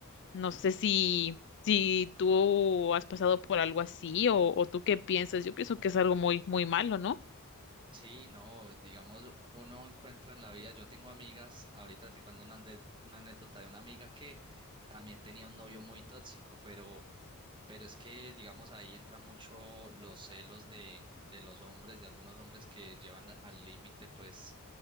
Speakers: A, on the left (about 55°); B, on the right (about 20°).
A: No sé si, si tú has pasado por algo así o, o tú qué piensas. Yo pienso que es algo muy, muy malo, ¿no?
B: Sí, no, digamos, uno encuentra en la vida, yo tengo amigas, ahorita te cuento una, ande- una anécdota de una amiga que también tenía un novio muy tóxico, pero Pero es que, digamos, ahí entra mucho los celos de, de los hombres, de algunos hombres que llevan al límite, pues,